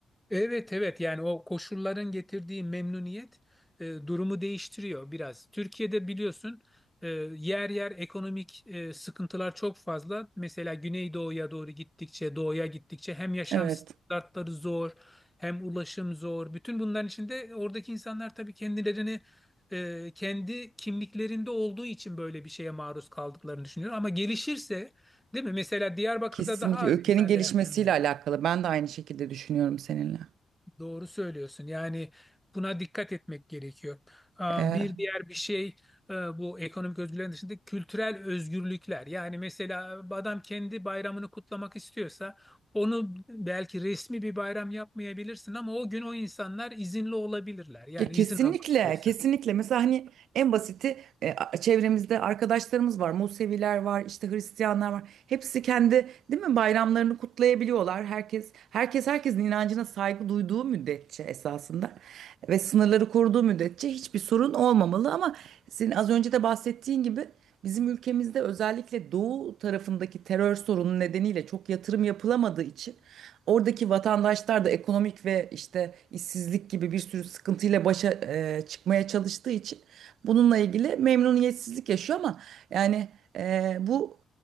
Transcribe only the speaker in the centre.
Evet evet yani o koşulların getirdiği memnuniyet e, durumu değiştiriyor biraz. Türkiye'de biliyorsun e, yer yer ekonomik e, sıkıntılar çok fazla. Mesela Güneydoğu'ya doğru gittikçe, doğuya gittikçe hem yaşam
standartları zor, hem ulaşım zor. Bütün bunların içinde oradaki insanlar tabii kendilerini e, kendi kimliklerinde olduğu için böyle bir şeye maruz kaldıklarını düşünüyor. Ama gelişirse, değil mi? Mesela Diyarbakır'da
daha az
insan
reaksiyon veriyor.
Doğru söylüyorsun. Yani buna dikkat etmek gerekiyor. Ee,
Bir diğer bir şey e, bu ekonomik özgürlüklerin dışında kültürel özgürlükler. Yani mesela e, adam kendi bayramını kutlamak istiyorsa onu belki resmi bir bayram yapmayabilirsin ama o gün o insanlar izinli olabilirler. Yani
izin almak istiyorsa.